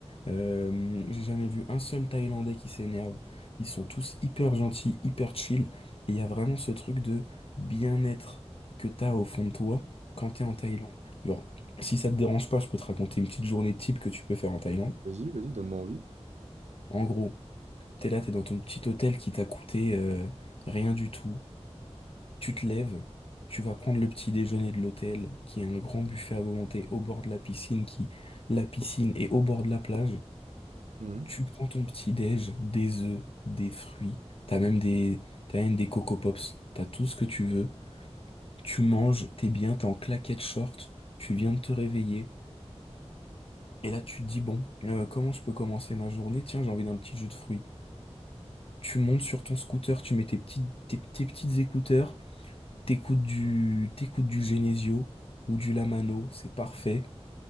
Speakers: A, on the left; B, on the right.
A: Euh, j'ai jamais vu un seul Thaïlandais qui s'énerve. Ils sont tous hyper gentils, hyper chill. Et il y a vraiment ce truc de bien-être que t'as au fond de toi quand t'es en Thaïlande. Genre, si ça te dérange pas, je peux te raconter une petite journée type que tu peux faire en Thaïlande.
B: Vas-y, vas-y, donne-moi envie.
A: En gros, T'es là, t'es dans ton petit hôtel qui t'a coûté euh, rien du tout. Tu te lèves, tu vas prendre le petit déjeuner de l'hôtel, qui est un grand buffet à volonté au bord de la piscine, qui la piscine est au bord de la plage.
B: Mhm.
A: Tu prends ton petit déj, des œufs, des fruits, t'as même des t'as même des Coco Pops, t'as tout ce que tu veux. Tu manges, t'es bien, t'es en claquette short, tu viens de te réveiller. Et là, tu te dis, bon, euh, comment je peux commencer ma journée? Tiens, j'ai envie d'un petit jus de fruits. Tu montes sur ton scooter, tu mets tes petites, tes, tes petites écouteurs, t'écoutes du, t'écoutes du Genesio ou du Lamano, c'est parfait.